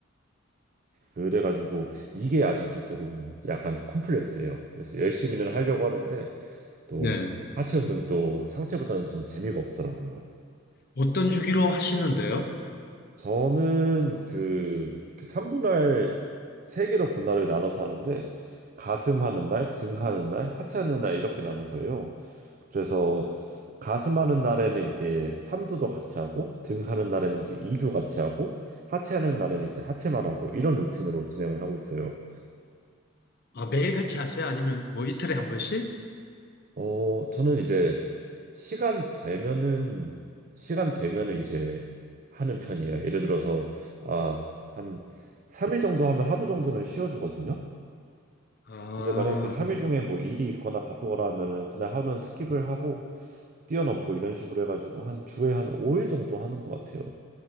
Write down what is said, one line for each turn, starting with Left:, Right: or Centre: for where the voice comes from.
Right: 그래가지고 이게 아직도 조금 약간 콤플렉스예요. 그래서 열심히는 하려고 하는데 또
Left: 네.
Right: 하체 운동이 또 상체보다는 좀 재미가 없더라고요.
Left: 어떤 주기로 하시는데요?
Right: 저는 그, 그 3분할 세개로 분할을 나눠서 하는데 가슴 하는 날, 등 하는 날, 하체 하는 날 이렇게 나눠서 해요. 그래서 가슴하는 날에는 이제 삼두도 같이 하고 등하는 날에는 이제 이두 같이 하고 하체하는 날에는 이제 하체만 하고 이런 루틴으로 진행을 하고 있어요.
Left: 아, 매일같이 하세요? 아니면 뭐 이틀에 한 번씩?
Right: 어, 저는 이제 시간 되면은 시간 되면은 이제 하는 편이에요. 예를 들어서 아, 한 3일 정도 하면 하루 정도는 쉬어 주거든요.
Left: 아,
Right: 근데 만약에 그 3일 중에 뭐 일이 있거나 바쁘거나 하면은 그날 하루는 스킵을 하고 뛰어넘고 이런 식으로 해가지고 한 주에 한 5일 정도 하는 것 같아요.